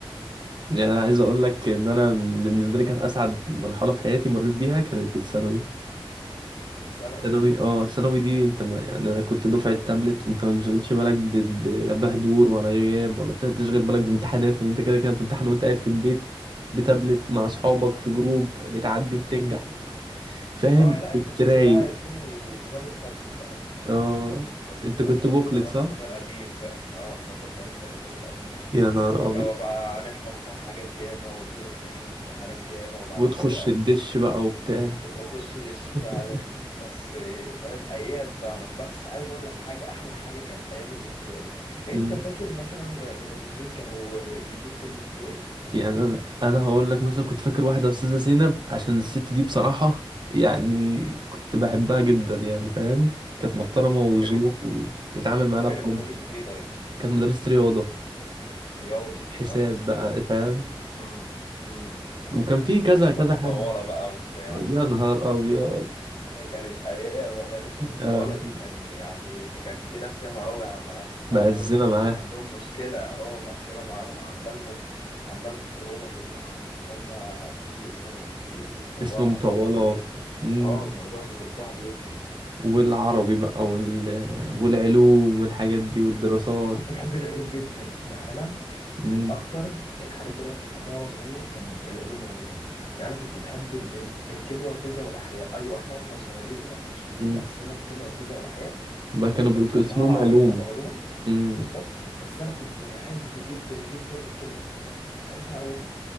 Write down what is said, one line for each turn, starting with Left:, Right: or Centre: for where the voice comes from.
Right: يعني انا عايز اقول لك ان انا من- بالنسبه لي كانت اسعد مرحله في حياتي مريت بيها كانت الثانوي
Left: الثانوي
Right: الثانوي اه الثانوي دي انت ما يعني انا كنت دفعه تابلت انت ما بتشغلش بالك ب- ب- لا بحضور ولا غياب ولا ت- تشغل بالك بامتحانات لان انت كده كده بتمتحن وانت قاعد في البيت بتابلت مع اصحابك في جروب بتعدي بتنجح
Left: مم.
Right: فاهم
Left: اه لا
Right: كنت
Left: انت كنت
Right: رايق
Left: بقى يا زميلي نظام التابلت انا ما كنتش
Right: اه
Left: نظام التابلت خالص
Right: انت كنت
Left: احنا
Right: بوكلت
Left: كنا بقى
Right: صح
Left: النظام القديم بقى اه احنا كنا لسه النظام القديم
Right: يا نهار
Left: اللي
Right: ابيض
Left: هو بقى نحفظ بقى حاجات ياما و- ونمتحن امتحانات ياما وبعد
Right: وتخش
Left: كده
Right: الدش بقى وبتاع
Left: أخ- اخش دش فعلا
Right: <laughs>
Left: بس آه، فاهم ايام فعلا بس عايز اقول لك حاجه احلى حاجه كانت ايام الابتدائي انت
Right: مم.
Left: فاكر مثلا مدرسين كانوا بيدوك في الابتدائي يا صاحبي
Right: يعني انا انا هقول لك مثلا كنت فاكر واحده استاذه زينب عشان الست دي بصراحه يعني كنت بحبها جدا يعني فاهم كانت محترمه وذوق
Left: كانت
Right: وبتتعامل معانا
Left: كانت
Right: بحب
Left: مدرسه ايه طيب
Right: كانت مدرسه رياضه
Left: رياضه
Right: حساب
Left: نايس
Right: بقى فاهم
Left: امم امم
Right: وكان في كذا
Left: اسم
Right: كذا
Left: المطولة
Right: حد
Left: بقى وبتاع
Right: يا نهار ابيض
Left: كانت أيام والله الاسم المطولة
Right: آه،
Left: دي كان يعني ده كان في ناس ياما أوي عن- عن-
Right: مأزمه
Left: عندهم
Right: معاه
Left: عندهم مشكلة أه مأزمة معاهم عاملة لهم عاملة لهم تروما في دماغهم اللي هم في اسم في اسم مطولة
Right: اسم
Left: علينا
Right: مطوله
Left: وكده
Right: مم.
Left: أه الموضوع بيكون صعب جدا
Right: والعربي بقى وال... والعلوم والحاجات دي والدراسات
Left: كنت بحب العلوم جدا يعني انا من
Right: مم.
Left: اكتر الحاجات اللي انا كنت بحبها وانا صغير كان العلوم عموما يعني انا كنت بحب ال ال الكيمياء والفيزياء والاحياء ايوه احنا واحنا صغيرين ما كانش بيقسموا
Right: مم.
Left: الكيمياء والفيزياء والاحياء
Right: بقى كانوا
Left: كانوا
Right: بيقولوا
Left: بيخلوها
Right: اسمهم علوم
Left: علوم علوما
Right: مم.
Left: بالظبط بس انا كنت بحب جدا جدا الكيمياء والفيزياء كنت بحبها قوي